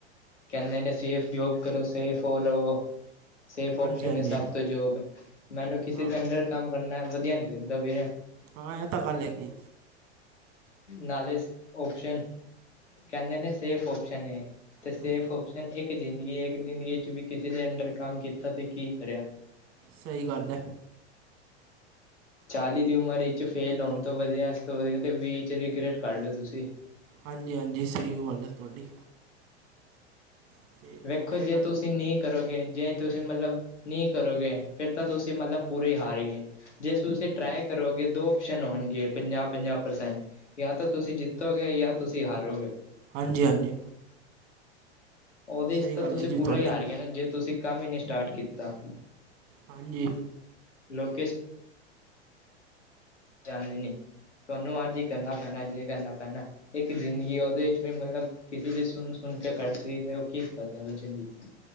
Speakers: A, on the left; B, on the right.
A: ਕਹਿੰਦੇੇ ਨੇ, ਸੇਫ ਜੋਬ ਕਰੋ, ਸੇਫ ਹੋ ਰਹੋ। ਸੇਫ
B: ਹਾਂਜੀ
A: ਓਪਸ਼ਨ
B: ਹਾਂਜੀ
A: ਹੈ ਸਭ ਤੋਂ ਜੋਬ ਮੈਨੂੰ ਕਿਸੇ
B: ਹਾਂ
A: ਦੇ ਅੰਡਰ ਕੰਮ ਕਰਨਾ ਵਦੀਆ ਨੀ ਲੱਗਦਾ, ਵੀਰੇ।
B: ਹਾ, ਐਹ ਤਾਂ ਗੱਲ ਹੈਗੀ।
A: ਨਾਲੇ ਓਪਸ਼ਨ ਕਹਿੰਦੇ ਨੇ ਸੇਫ ਓਪਸ਼ਨ ਏ ਤੇ ਸੇਫ
B: ਹੂੰ
A: ਓਪ -ਸ਼ਨ ਇੱਕ ਜ਼ਿੰਦਗੀ ਐ। ਇੱਕ ਜ਼ਿੰਦਗੀ 'ਚ ਵੀ ਕਿਸੇ ਦੇ ਅੰਡਰ ਕੰਮ ਕੀਤਾ, ਤੇ ਕੀ <inaudible>
B: ਸਹੀ ਗੱਲ ਹੈ
A: ਚਾਲੀ ਦੀ ਉਮਰ ਇਚ ਫੇਲ ਹੋਣ ਤੋਂ ਵਦੀਆ ਦੀਆ, ਤੇ ਵੀਹ ਚ ਰਿਗਰੈਟ ਕਰ ਲਓ, ਤੁਸੀਂ।
B: ਹਾਂਜੀ-ਹਾਂਜੀ, ਸਈ ਗੱਲ ਐ ਤੁਹਾਡੀ। ਅਤੇ
A: ਵੇਖੋ,
B: ਮੇਰੇ
A: ਜੇ
B: ਨਾਲ
A: ਤੁਸੀਂ ਨਈ ਕਰੋਗੇ, ਜੇ ਤੁਸੀਂ ਮਲਬ ਨੀ ਕਰੋਗੇ, ਫਿਰ ਤਾਂ ਤੁਸੀਂ ਮਤਲਬ ਪੂਰੇ ਹਾਰ ਈ ਗਏ। ਜੇ ਤੁਸੀਂ ਟਰਾਈ ਕਰੋਗੇ, ਦੋ ਓਪਸ਼ਨ ਹੋਨਗੇ ਪੰਜਾਹ-ਪੰਜਾਹ ਪ੍ਰਸੈਂਟ ਯਾ ਤੇ ਤੁਸੀਂ ਜਿੱਤੋਗੇ ਯਾ ਤੁਸੀਂ ਹਾਰੋਗੇ।
B: ਹਾਂਜੀ-ਹਾਂਜੀ।
A: ਓਹਦੇ
B: ਸਹੀ
A: ਚ ਤੇ
B: ਗੱਲ
A: ਤੁਸੀਂ
B: ਹੈ ਜੀ
A: ਪੂਰਾ
B: ਤੁਹਾਡੀ
A: ਈ ਹਾਰ ਗੇ ਨਾ, ਜੇ ਤੁਸੀਂ ਕੰਮ ਈ ਨਈ ਸਟਾਰਟ ਕੀਤਾ।
B: ਹਾਂਜੀ।
A: ਲੋਕ <unintelligible> ਜਾਂਦੇ ਨੇ, ਤੁਹਾਨੂੰ ਆਜ ਹੀ ਕਰਨਾ ਪੈਨਾ, ਜੇ ਕਰਨਾ ਪੈਨਾ। ਇੱਕ ਜ਼ਿੰਦਗੀ ਐ, ਓਹਦੇ ਵਿੱਚ ਵੀ ਮਲਬ ਕਿਸੀ ਦੀ ਸੁਨ-ਸੁਨ ਕੇ ਕੱਡ ਦੇਈ ਦਾ, ਕੀ ਫੈਦਾ ਐਵੇ ਦੀ ਜਿੰਦਗੀ ਦਾ।